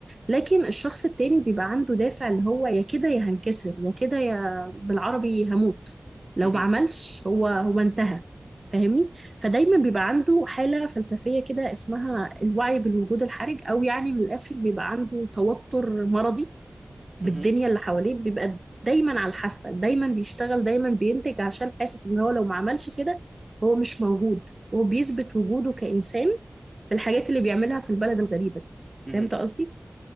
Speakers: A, on the right (about 45°); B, on the right (about 25°).
A: لكن الشخص التاني بيبقى عنده دافع اللي هو يا كده يا هنكسر يا كده يا بالعربي هموت لو
B: مهم.
A: ما عملش هو هو انتهى فاهمني فدايما بيبقى عنده حالة فلسفية كده اسمها الوعي بالوجود الحرج او يعني من الاخر بيبقى عنده توتر مرضي بالدنيا
B: مهم.
A: اللي حواليه بيبقى دايما على الحافة دايما بيشتغل دايما بينتج عشان حاسس ان هو لو ما عملش كده هو مش موجود وهو بيثبت وجوده كإنسان بالحاجات اللي بيعملها في البلد الغريبة دي
B: مهم.
A: فهمت قصدي؟